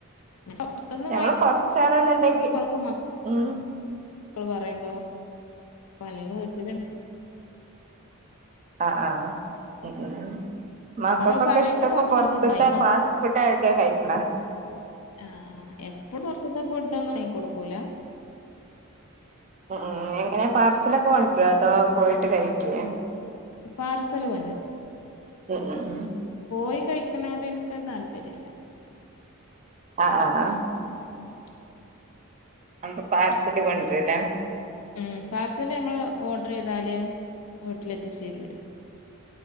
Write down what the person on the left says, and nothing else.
ആ ഇപ്പൊ പുറത്തുന്ന
വാങ്ങി
കൊടുക്ക മക്കള്
പറയുമ്പോ അപ്പ അല്ലെങ്കിൽ വീട്ടില്
മക്കള് പറയുമ്പോ
പുറത്തുന്ന്
ഫുഡ് വാങ്ങി
ആ, ആ എപ്പളും പുറത്തത്തെ ഫുഡ് ഒന്നും ഇങ്ങനെ കൊടുക്കൂല.
പാർസല് വരും
പോയി കഴിക്കണോട് എനിക്ക് താല്പര്യല്ല.
ഉം
ഉം, പാർസല് നമ്മള് ഓർഡർ ചെയ്താല് വീട്ടിലെത്തിച്ചേരൂല്ലേ.